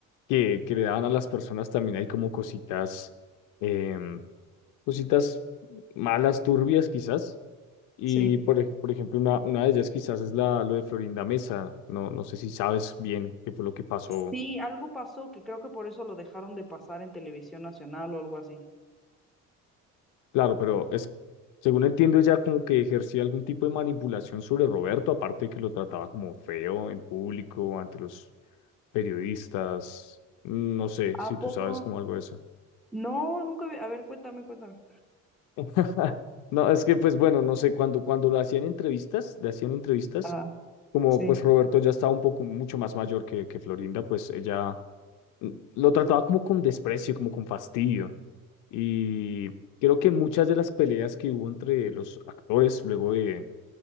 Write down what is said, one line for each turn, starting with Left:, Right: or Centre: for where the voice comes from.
Left: que, que le daban a las personas también hay como cositas, em, cositas malas, turbias quizás y
Centre: Sí.
Left: por, ej- por ejemplo, una, una de ellas quizás es la, lo de Florinda Mesa. No, no sé si sabes bien qué fue lo que pasó.
Centre: Sí, algo pasó que creo que por eso lo dejaron de pasar en televisión nacional o algo así.
Left: Claro, pero es, según entiendo, ella como que ejercía algún tipo de manipulación sobre Roberto, aparte de que lo trataba como feo en público, ante los periodistas. No sé si
Centre: ¿A poco?
Left: tú sabes como algo de eso.
Centre: No, nunca vi. A ver, cuéntame, cuéntame.
Left: <laughs> No, es que pues bueno, no sé, cuando, cuando lo hacían entrevistas, le hacían entrevistas,
Centre: Ah,
Left: como
Centre: sí.
Left: pues Roberto ya estaba un poco mucho más mayor que, que Florinda, pues ella lo trataba como con desprecio, como con fastidio. Y creo que muchas de las peleas que hubo entre los actores luego de,